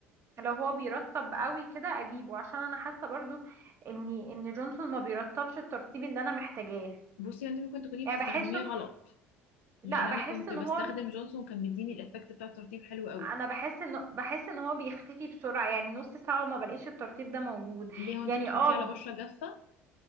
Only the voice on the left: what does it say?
بصي انت ممكن تكوني بتستخدميه
غلط
لان
انا كنت
بستخدم
جونسون كان بيديني الايفكت بتاع الترطيب حلو قوي
ليه وانتي
بتحطيه
على بشرة جافة